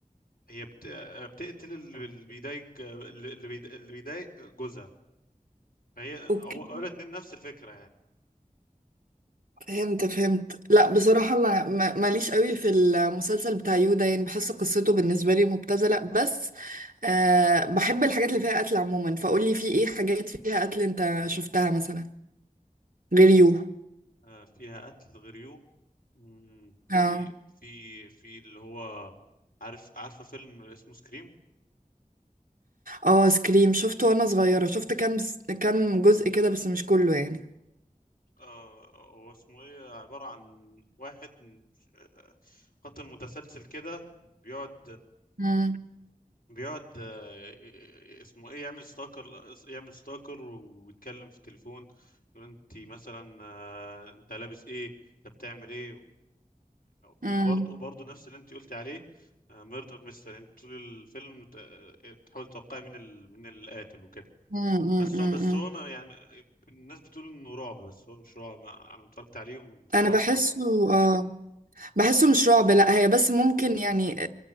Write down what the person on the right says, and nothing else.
اوكي
فهمت فهمت لا بصراحة ما ما- ماليش قوي في المسلسل بتاع يودا يعني بحس قصته بالنسبة لي مبتذلة بس أه بحب الحاجات اللي فيها قتل عموما فقولي في ايه حاجات فيها قتل انت شفتها مثلا غير يو
اه
اه سكريم شفته وانا صغيرة شفت كام س- كام جزء كده بس مش كله يعني
مم.
مم.
مم. مم.
مم.
مم.
انا
بحسه
اه بحسه مش رعب لا هي بس ممكن يعني